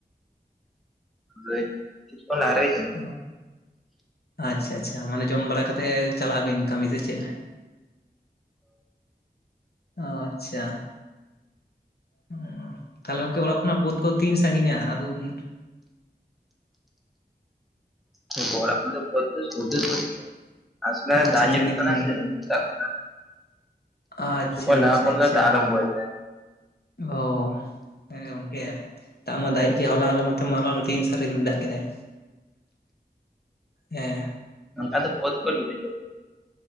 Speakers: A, in the centre; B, on the left.
A: ᱦᱚᱭ ᱠᱤᱪᱷᱩ ᱠᱷᱚᱱ ᱞᱟᱦᱟ ᱨᱮ᱾
B: ᱚ ᱟᱪᱪᱷᱟ ᱟᱪᱪᱷᱟ ᱢᱟᱱᱮ ᱡᱚᱢ ᱵᱟᱲᱟ ᱠᱟᱛᱮᱜ ᱪᱟᱞᱟᱜ ᱟᱹᱵᱤᱱ ᱠᱟᱹᱢᱤ ᱥᱮ ᱪᱮᱜ? ᱚᱸ ᱟᱪᱪᱷᱟ᱾ ᱦᱩᱸ ᱛᱟᱦᱚᱞᱮ ᱜᱚᱝᱠᱮ ᱚᱲᱟᱜ ᱠᱷᱚᱱᱟᱜ ᱵᱟᱹᱫᱽ ᱠᱚ ᱛᱤᱱ ᱥᱟᱺᱜᱤᱧᱟ ᱟᱫᱚ ᱩᱱᱟᱹ
A: ᱦᱮᱸ <unintelligible> ᱟᱥᱚᱞᱮ
B: ᱟᱪᱪᱷᱟ
A: ᱫᱟ ᱧᱩᱨᱩᱜ
B: ᱥᱟᱺᱜᱤᱧ
A: ᱠᱟᱱᱟ
B: ᱥᱟᱺᱜᱤᱧ
A: ᱥᱮ ᱥᱮᱛᱟᱜ ᱠᱷᱚᱱᱟᱜ᱾
B: ᱟᱪᱪᱷᱟ
A: ᱠᱤᱪᱷᱩ ᱠᱷᱚᱱ ᱞᱟᱦᱟ
B: ᱟᱪᱪᱷᱟ
A: ᱠᱷᱚᱱ
B: ᱟᱪᱪᱷᱟ
A: ᱨᱮ ᱫᱟᱜᱽ ᱟᱨᱟᱢᱵᱳᱭᱮᱜ ᱛᱟᱦᱮᱸᱜ᱾
B: ᱚ ᱦᱮᱸ ᱜᱚᱝᱠᱮ᱾ ᱫᱟᱜᱽ ᱢᱟ ᱫᱟᱜᱮᱜ ᱜᱮᱭᱟ ᱦᱚᱞᱟ ᱟᱞᱮ ᱱᱚᱛᱮ ᱢᱟᱞᱟ ᱛᱤᱱ ᱥᱟᱨᱤᱧ ᱫᱟᱜᱽ ᱠᱮᱫᱟᱭ᱾ ᱦᱮᱸ,
A: ᱱᱚᱝᱠᱟ ᱫᱚ ᱵᱟᱹᱫᱽ <unintelligible> ᱠᱚ